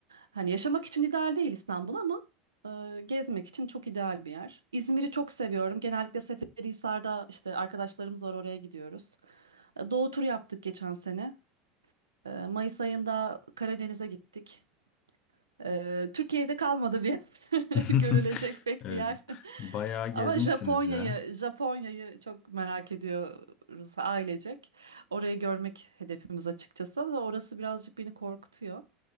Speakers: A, on the right; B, on the left.
A: Hani yaşamak için ideal değil İstanbul ama e, gezmek için çok ideal bir yer. İzmir'i çok seviyorum. Genellikle Seferihisar'da işte arkadaşlarımız var oraya gidiyoruz. E, Doğu turu yaptık geçen sene. E, Mayıs ayında Karadeniz'e gittik. Ee, Türkiye'de kalmadı bir <laughs>
B: <laughs>
A: görülecek pek
B: Evet,
A: bir yer.
B: bayağı
A: <laughs> Ama
B: gezmişsiniz
A: Japonya'yı
B: ya.
A: Japonya'yı çok merak ediyoruz ailecek. Orayı görmek hedefimiz açıkçası ama orası birazcık beni korkutuyor.